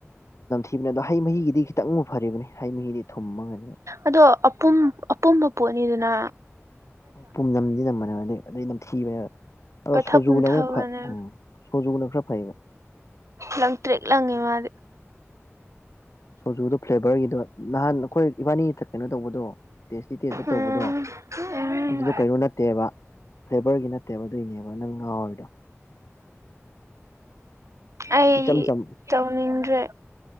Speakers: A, on the left (about 80°); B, on the right (about 85°).
A: ꯊꯈꯤꯕꯅꯤ ꯑꯗꯣ ꯍꯩ ꯃꯍꯤꯒꯤꯗꯤ ꯈꯤꯇꯪꯕꯨ ꯐꯔꯤꯕꯅꯤ ꯍꯩ ꯃꯍꯤꯗꯤ ꯊꯨꯝꯃꯒꯩꯅ
B: ꯑꯗꯣ ꯑꯄꯨꯝ ꯑꯄꯨꯝꯕ ꯄꯣꯠꯅꯤꯗꯨꯅ
A: ꯄꯨꯝꯅꯝꯗꯤ ꯅꯝꯕꯅꯦ ꯑꯗꯨꯏ ꯑꯗꯨꯏ ꯅꯝꯊꯤꯕꯅꯦ ꯑꯗꯣ
B: ꯄꯠꯊ
A: ꯁꯣꯖꯨꯅ
B: ꯄꯨꯝꯊꯕꯅꯦ
A: ꯑꯃꯨꯛ ꯐ ꯎꯝ ꯁꯨꯖꯨꯒꯅꯨ ꯈꯔ ꯐꯩꯕ
B: ꯂꯪꯇ꯭ꯔꯤꯛ ꯂꯪꯉꯦ ꯃꯥꯗꯤ
A: ꯁꯨꯖꯨꯗꯣ ꯐ꯭ꯂꯦꯕꯔꯒꯤꯗꯣ ꯅꯍꯥꯟ ꯑꯈꯣꯏ ꯏꯕꯥꯅꯤ ꯀꯩꯅꯣ ꯇꯧꯕꯗꯣ ꯇꯦꯁꯇꯤ ꯇꯦꯁꯇ ꯇꯧꯕꯗꯣ
B: ꯎꯝ ꯎꯝ
A: ꯑꯗꯨꯗꯣ ꯀꯩꯅꯣ ꯅꯠꯇꯦꯕ ꯐ꯭ꯂꯦꯕꯔꯒꯤ ꯅꯠꯇꯦꯕ ꯑꯗꯨꯏꯅꯦꯕ ꯅꯪ ꯉꯥꯎꯔꯤꯗꯣ
B: ꯑꯩ
A: ꯏꯆꯝ ꯆꯝ
B: ꯇꯧꯅꯤꯡꯗ꯭ꯔꯦ